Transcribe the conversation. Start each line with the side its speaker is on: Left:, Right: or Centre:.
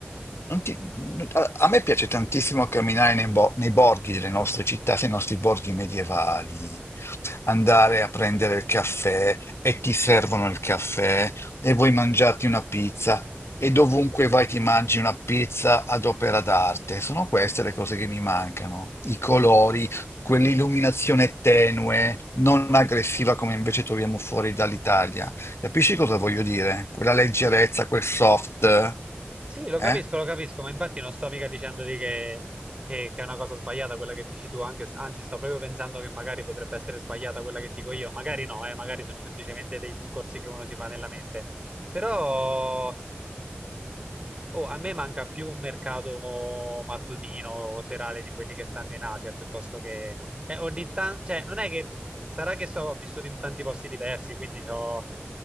Left: non ti- a, a me piace tantissimo camminare nei, bo- nei borghi delle nostre città, nei nostri borghi medievali, andare a prendere il caffè e ti servono il caffè e vuoi mangiarti una pizza e dovunque vai ti mangi una pizza ad opera d'arte. Sono queste le cose che mi mancano, i colori, quell'illuminazione tenue, non aggressiva come invece troviamo fuori dall'Italia. Capisci cosa voglio dire? Quella leggerezza, quel soft.
Right: Sì, lo
Left: eh?
Right: capisco, lo capisco, ma infatti non sto mica dicendoti che, che- che è una cosa sbagliata quella che dici tu, anche- anzi sto proprio pensando che magari potrebbe essere sbagliata quella che dico io, magari no, eh, magari sono semplicemente dei discorsi che uno si fa nella mente, però oh, a me manca più un mercato mattutino o serale di quelli che stanno in Asia, piuttosto che... eh, ogni tanto, cioè non è che... Sarà che so, ho vissuto in tanti posti diversi, quindi ho